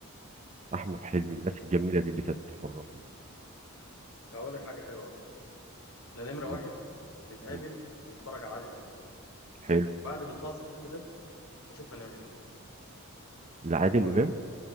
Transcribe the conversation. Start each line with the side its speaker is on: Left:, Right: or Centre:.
Right: لاحمد حلمي الناس الجميله دي اللي كانت بتفرحني
Left: هقول لك حاجه حلوه قوي احنا نمره واحد
Right: إيه؟
Left: نتقابل
Right: مم.
Left: ونتفرج على عادل امام
Right: حلو
Left: بعد ما نخلص الفيلم ده نشوف هنعمل ايه
Right: لعادل
Left: ايه رايك
Right: امام